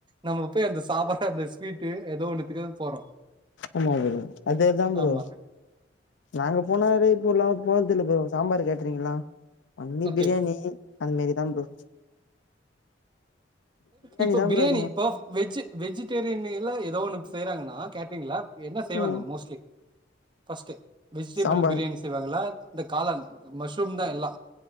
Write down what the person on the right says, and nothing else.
நம்ம போய் அந்த சாப்பார் அந்த ஸ்வீட்டு ஏதோ ஒண்ணுத்துக்கு தா போறோ
ஆமா
ஓகே
இப்போ
பிரியாணி
இப்போ வெஜ் வெஜிடேரியன் எல்லா ஏதோ ஒண்ணு செய்யறாங்கன்னா கேட்டறீங்களா என்ன செய்வாங்க
mostly first vegetable
biryani செய்வாங்களா இந்த காலன் மஷ்ரூம் தா எல்லா